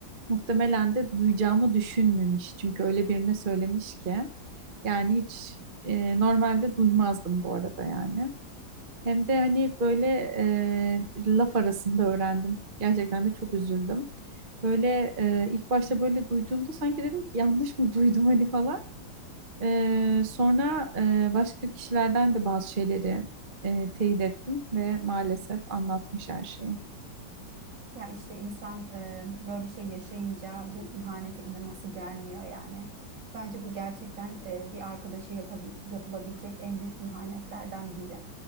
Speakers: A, on the right (about 35°); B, on the right (about 65°).
A: muhtemelen de duyacağımı düşünmemiş. Çünkü öyle birine söylemiş ki. Yani hiç e, normalde duymazdım bu arada yani. Hem de hani böyle e, laf arasında öğrendim. Gerçekten de çok üzüldüm. Böyle e, ilk başta böyle duyduğumda sanki dedim ki yanlış mı duydum hani falan. Ee, sonra e, başka kişilerden de bazı şeyleri e, teyit ettim ve maalesef anlatmış her şeyi.
B: Ya işte insan e, böyle bir şey yaşayınca bu ihanete inanması gelmiyor yani. Bence bu gerçekten e, bir arkadaşa yapabil- yapılabilecek en büyük ihanetlerden biri.